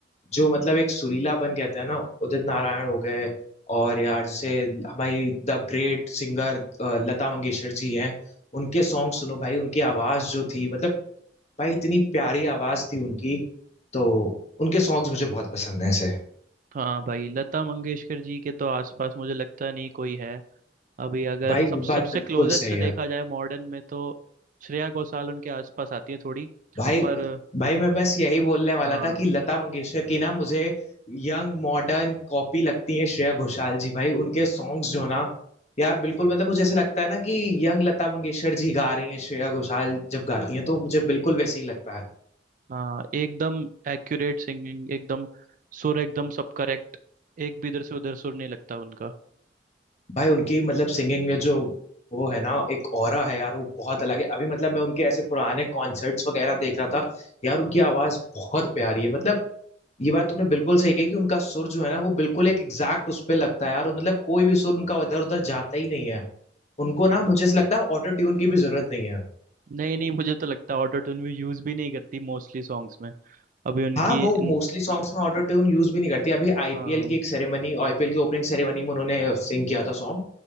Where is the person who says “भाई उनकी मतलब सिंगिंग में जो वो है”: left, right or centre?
Left